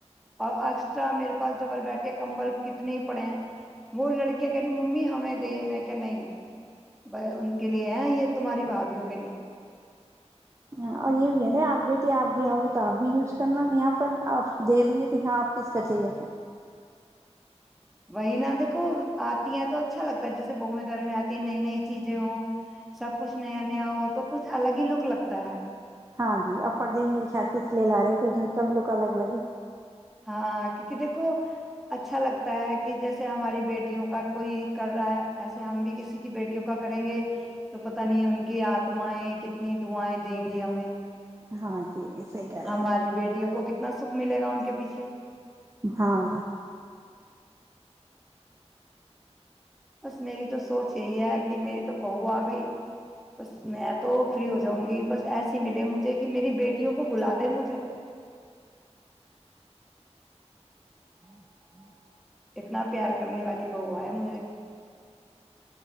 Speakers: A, in the centre; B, on the right (about 25°).
A: اور اسٹرا میرے پاس ڈبل بیٹھے کمبل کتنے ہی پڑے ہیں وہ لڑکیاں کہہ رہی ممی ہمیں دے میں کہ نہیں ان کے لیے ہیں یہ تمہاری بھابھیوں کے لیے
B: ہ اور یہ بھی ہے نا آپ بیٹیے آپ بھی آؤ گے تو آپ بھی یوز کرنا یہاں پر آپ دے د گی تو یہاں آ کس کا چاہیے
A: وہی نہا دیکھو آتی ہے تو اچھا لگتا ہے جیسے بوے دھر میں آتی ہے نئی نئی چیزیں ہووں سب کچھ نیا نیا ہو تو کچھ الگ ہی لک لگتا ہے
B: ہاں جی ا فر ج میرے خیال سے اس لیے لا رہے ہو کہ گھر کوگ ا الگ الگ ہے
A: ہاں کیونکہ دیکھو اچھا لگتا ہے کہ جیسے ہماری بیٹیوں کا کوئی کر رہا ہے ایسے ہم بھی کسی کی بیٹیوں کا کریں گے تو پت نہیں ان کی آتمائیں کتنی دعائیں دیں گی ہمیں
B: ہاں جی صحیح کہہ رہے
A: ہماری
B: ہو
A: بیٹیوں کو کتنے کتنا سکھ ملے گا ان کے پیچھے
B: ہاں
A: بس میری تو سوچ یہی ہے کہ میری تو بہو آ بھائی بس میں تو فری ہو جاؤں گی بس ایسی ملے مجھے کہ میری بیٹیوں کو بلا دے مجھے
B: ہوں ہوں
A: اتنا پیار کرنے والی بو آ ہے مجھے